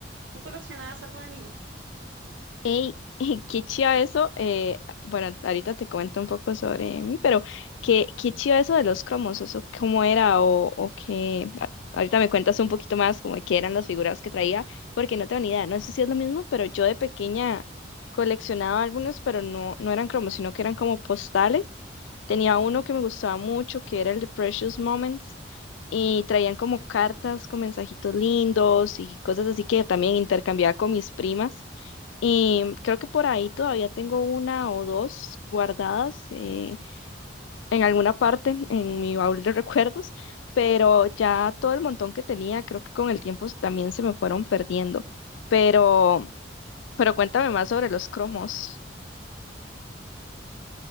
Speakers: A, on the right (about 75°); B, on the left (about 80°).
A: ¿Tú coleccionabas algo de niña?
B: Ey, <laughs> qué chiva eso. eh, bueno, ahorita te comento un poco sobre mí, pero qué, qué chiva eso de los cromos, eso cómo era o, o qué. a- Ahorita me cuentas un poquito más como de qué eran las figuras que traía, porque no tengo ni idea. No sé si es lo mismo, pero yo de pequeña coleccionaba algunos, pero no, no eran cromos, sino que eran como postales. Tenía uno que me gustaba mucho, que era el de Precious Moments, y traían como cartas con mensajitos lindos y cosas así que también intercambiaba con mis primas. Y creo que por ahí todavía tengo una o dos guardadas eh, en alguna parte en mi baúl de <laughs> recuerdos, pero ya todo el montón que tenía, creo que con el tiempo s- también se me fueron perdiendo. Pero, pero cuéntame más sobre los cromos.